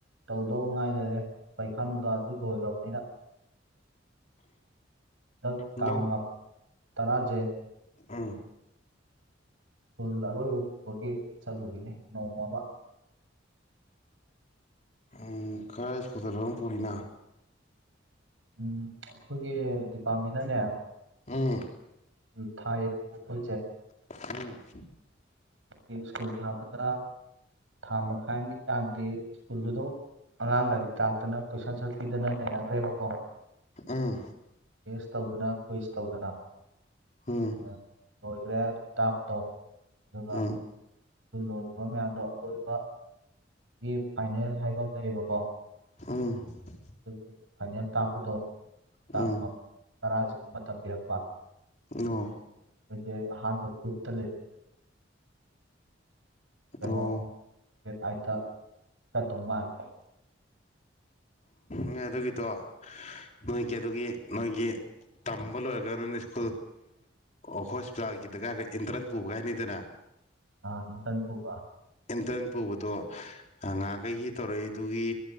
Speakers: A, on the right; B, on the left.
A: ꯇꯧꯗꯧ ꯉꯥꯏ ꯂꯩꯔꯦ ꯄꯩꯈꯥ ꯅꯨꯡꯈꯥꯁꯨ ꯂꯣꯏꯈ꯭ꯔꯕꯅꯤꯅ ꯍꯟꯗꯛ
B: ꯂꯧ
A: ꯇꯥꯡ ꯇꯔꯥꯖꯦ
B: ꯎꯝ
A: ꯁꯀꯨꯜ ꯑꯔꯣꯏꯕ ꯄꯨꯕꯒꯤ ꯆꯠꯂꯨꯈꯤꯅꯤ ꯅꯣꯡꯃ ꯑꯃ
B: ꯎꯝ ꯀꯔꯥꯏ ꯁꯀꯨꯜꯗꯅ‌ꯣ ꯅꯪ ꯄꯨꯔꯤꯅ
A: ꯎꯝ ꯑꯩꯈꯣꯏꯒꯤ ꯗꯤꯄꯥꯔꯠꯃꯦꯟꯅꯅꯦ
B: ꯎꯝ
A: <unintelligible>
B: ꯎꯝ
A: ꯑꯗꯒꯤ ꯁ꯭ꯀꯨꯜ ꯊꯥꯕꯗ ꯊꯥ ꯃꯈꯥꯏ ꯑꯃꯒꯤ ꯆꯥꯡꯗꯤ ꯁ꯭ꯀꯨꯜꯗꯨꯗ ꯑꯉꯥꯡ ꯂꯥꯏꯔꯤꯛ ꯇꯥꯛꯇꯅ ꯀꯣꯏꯁꯟ ꯑꯟꯁꯔ ꯄꯤꯗꯅ ꯅꯩꯅꯈ꯭ꯔꯦꯕꯀꯣ
B: ꯎꯝ
A: ꯇꯦꯁ ꯇꯧꯗꯅ ꯀꯨꯏꯁ ꯇꯧꯗꯅ
B: ꯎꯝ
A: ꯎꯝ ꯂꯣꯏꯈ꯭ꯔꯦ ꯑꯗꯨ ꯇꯥꯛꯄꯗꯣ ꯑꯗꯨꯒ
B: ꯎꯝ
A: ꯑꯗꯨ ꯂꯣꯏꯈꯤꯕ ꯃꯌꯥꯝꯗꯣ ꯑꯔꯣꯏꯕ ꯒꯤ ꯐꯥꯏꯅꯦꯜ ꯍꯥꯏꯕꯝ ꯂꯩꯌꯦꯕꯀꯣ
B: ꯑ
A: ꯑꯗꯨꯒꯤ ꯐꯥꯏꯅꯦꯜ ꯇꯥꯛꯄꯗꯣ ꯇꯥꯡ
B: ꯎꯝ
A: ꯃꯥꯞ ꯇꯔꯥꯁꯤꯒ ꯃꯥꯇꯝ ꯄꯤꯔꯛꯄ
B: ꯑꯣ
A: <unintelligible> ꯑꯥꯍꯥꯥꯟꯕ ꯒꯔꯨꯞꯇ ꯂꯩꯕ ꯀꯩꯅꯣ
B: ꯑꯣ
A: ꯗꯦꯠ ꯑꯥꯏꯠꯇ ꯆꯠꯇꯧ ꯃꯥꯜꯂꯤ
B: ꯅꯣꯏ ꯑꯗꯨꯒꯤꯗꯣ ꯅꯣꯏꯒꯤ ꯑꯗꯨꯒꯤ ꯅꯣꯏꯒꯤ ꯇꯝꯕ ꯂꯣꯏꯔꯥꯒ <unintelligible> ꯑꯣ ꯍꯣꯁꯄꯤꯇꯥꯜꯒꯤꯗꯒ ꯏꯟꯇ꯭ꯔꯟ ꯄꯨꯕꯒ ꯍꯥꯏꯅꯩꯗꯅ
A: ꯑꯥ ꯏꯟꯇꯔꯟ ꯄꯨꯕꯥ
B: ꯏꯟꯇ꯭ꯔꯟ ꯄꯨꯕꯗꯣ ꯅꯍꯥꯟꯈꯩꯒꯤ ꯇꯧꯔꯛꯏꯗꯨꯒꯤ